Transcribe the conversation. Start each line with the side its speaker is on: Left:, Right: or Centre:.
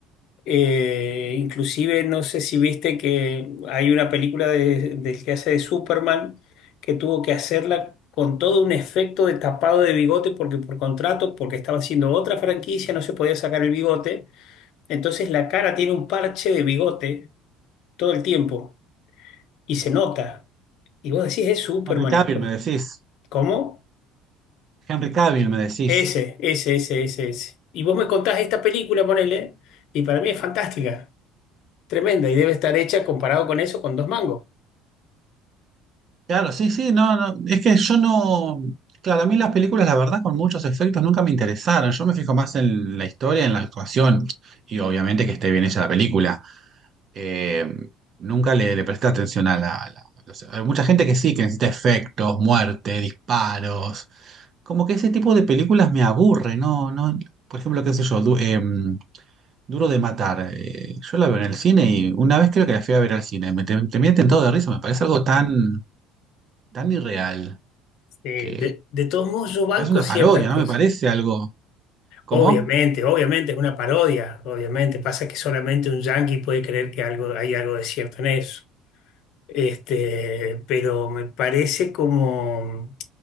Left: Eh, inclusive no sé si viste que hay una película de- del que hace de Superman que tuvo que hacerla con todo un efecto de tapado de bigote porque por contrato, porque estaba haciendo otra franquicia, no se podía sacar el bigote entonces la cara tiene un parche de bigote todo el tiempo y se nota. Y vos decís, es Superman.
Right: Henry Cavill,
Left: ¿y co-
Right: me decís.
Left: ¿Cómo?
Right: Henry Cavill, me decís.
Left: Ese, ese, ese, ese, ese. Y vos me contás esta película, ponele, y para mí es fantástica, tremenda, y debe estar hecha comparado con eso con dos mangos.
Right: Claro, sí, sí, no, no. Es que yo no. Claro, a mí las películas, la verdad, con muchos efectos nunca me interesaron. Yo me fijo más en la historia, en la actuación. Y obviamente que esté bien hecha la película. eh, nunca le, le presté atención a la, a la- los- Hay mucha gente que sí, que necesita efectos, muerte, disparos. Como que ese tipo de películas me aburre, ¿no? no por ejemplo, qué sé yo, Du- em, Duro de Matar. eh, yo la veo en el cine y una vez creo que la fui a ver al cine. Me te- terminé tentado de risa, me parece algo tan, tan irreal
Left: Eh,
Right: que
Left: de, de todos modos, yo banco
Right: es una
Left: ciertas
Right: parodia,
Left: cosas.
Right: ¿no? Me parece algo. ¿Cómo?
Left: Obviamente, obviamente es una parodia, obviamente. Pasa que solamente un yankee puede creer que algo, hay algo de cierto en eso. Este, pero me parece como...